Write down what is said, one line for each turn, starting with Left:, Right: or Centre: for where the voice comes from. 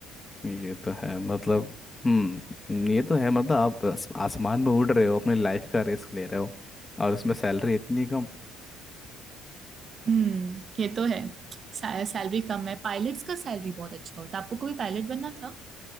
Left: ये तो है मतलब हम्म ये तो है मतलब आप आस- आसमान में उड़ रहे हो अपनी लाइफ का रिस्क ले रहे हो और उसमें सैलरी इतनी कम
Right: हम्म ये तो है सै- सैलरी कम है पायलट्स का सैलरी बहुत अच्छा होता है आपको कभी पायलट बनना था